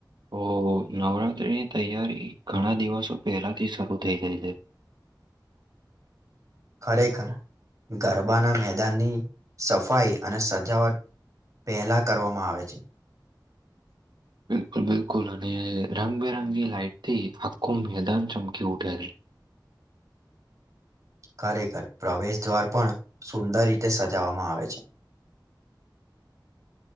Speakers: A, on the right; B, on the right.
A: ઓહો નવરાત્રીની તૈયારી ઘણા દિવસો પહેલાથી શરૂ થઈ જાય. છે.
B: ખરેખર ગરબાના મેદાનની સફાઈ અને સજાવટ પહેલા કરવામાં આવે છે.
A: <inaudible> બિલકુલ-બિલકુલ અને રંગબેરંગી લાઈટથી આખું મેદાન ચમકી ઉઠેલ. <inaudible>
B: ખરેખર પ્રવેશ દ્વાર પણ સુંદર રીતે સજાવવામાં આવે છે.
A: <inaudible>